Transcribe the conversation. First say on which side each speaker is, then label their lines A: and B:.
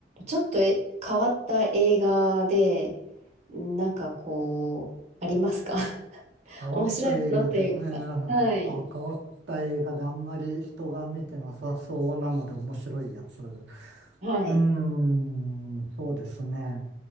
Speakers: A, on the right; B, on the right.
A: ちょっとえ変わった映画で、なんかこう、ありますか <laughs>
B: 変わった映画で、
A: 面白いものっていうか。
B: えーあ、
A: はい。
B: 変わった映画であんまり人が見てなさそうなので面白いやつ。う
A: はい。
B: ーん、そうですね。